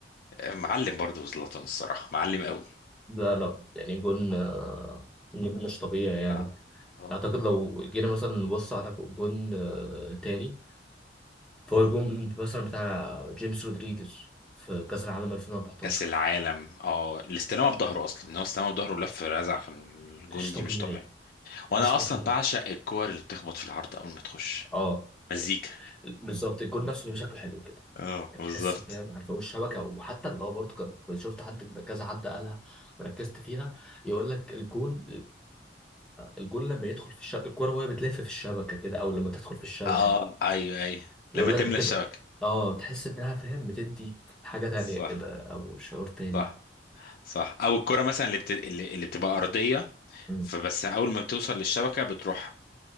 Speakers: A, on the left; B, in the centre.
A: معلم برضو زلاتان الصراحه معلم قوي
B: لا لا يعني جون آه، جون مش طبيعي يعني
A: اه اه
B: اعتقد لو جينا مثلا نبص على جون آه، تاني فهو الجون مثلا بتاع جيمس رودريجيز في كأس العالم 2014
A: كاس العالم اه الاستلامه بظهره اصلا ان هو استلامه بظهره ولف رزع في الجون
B: مش طبيعي
A: دي مش طبيعي
B: مش
A: وانا
B: طبيعي
A: اصلا بعشق الكور اللي بتخبط في العرض قبل ما تخش
B: اه
A: مزيكا
B: يعني بالظبط الجون نفسه بيبقى شكله حلو كده
A: اه
B: يعني
A: بالظبط
B: تحس فاهم عارف فوق الشبكه وحتى اللي هو برضه كان كنت شفت حد كذا حد قالها وركزت فيها يقول لك الجون الجون لما يدخل في الشبكه الكوره وهي بتلف في الشبكه كده او لما تدخل في الشبكه
A: اه ايوه ايوه
B: يقول
A: لما
B: لك
A: تملى
B: بتبقى
A: الشبكه
B: اه تحس انها فاهم بتدي حاجة تانية
A: صح
B: كده او شعور تاني
A: صح صح او الكره مثلا اللي بت... اللي اللي بتبقى ارضيه
B: مم.
A: فبس اول ما بتوصل للشبكه بتروح